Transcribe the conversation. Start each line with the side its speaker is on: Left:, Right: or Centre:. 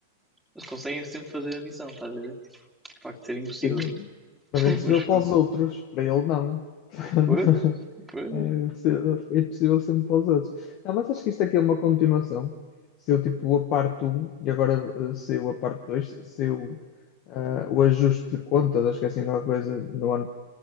Centre: Eles conseguem sempre fazer a missão, estás a ver? Tipo, de facto, ser impossível.
Left: Sim, mas
Centre: <laughs>
Left: é impossível
Centre: Mas
Left: para
Centre: pronto.
Left: os outros, para ele não. <laughs>
Centre: Pois, pois.
Left: É possível, é possível sempre para os outros. Não, mas acho que isto aqui é uma continuação. Saiu tipo a parte um e agora eh, saiu a parte 2, saiu ah, o ajuste de contas, acho que é assim qualquer coisa, no ano